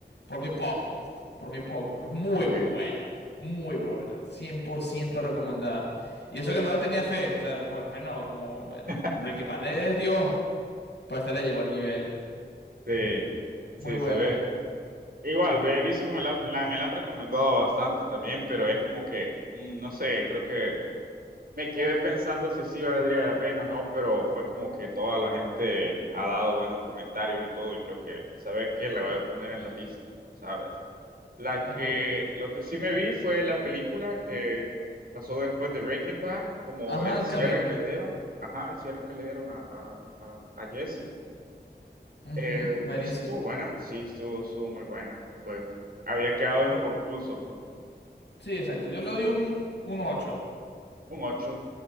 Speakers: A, on the left; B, on the right.
A: por muy poco, ¿viste? Por muy poco. Es muy
B: Ok.
A: buena, muy buena, Cien por ciento recomendada. Y eso que no le tenía fe, o sea, bueno, fe no, como eh,
B: <laughs>
A: Breaking Bad es Dios, pero esta le llegó al nivel.
B: Sí,
A: Muy
B: sí,
A: buena,
B: sabes. Igual, ve, he visto que me la, la- me la han recomendado bastante también, pero es como que, mm, no sé, creo que me quedé pensando si sí valdría la pena o no, pero fue como que toda la gente ha dado buenos comentarios y todo, y creo que, ¿sabes qué? La voy a poner en la lista, ¿sabes? La
A: es
B: que,
A: buena.
B: lo que sí me vi fue la película que pasó después de Breaking Bad, como
A: Ajá,
B: el
A: el
B: cierre
A: camino.
B: que le dieron, ajá, el cierre que le dieron a, a, a- a Jesse.
A: Ujú,
B: Eh,
A: buenísimo.
B: estuvo buena, sí, estuvo, estuvo muy buena, pues había quedado
A: Yo-
B: inconcluso, pues
A: sí, exacto. Yo le doy un, un 8.
B: un 8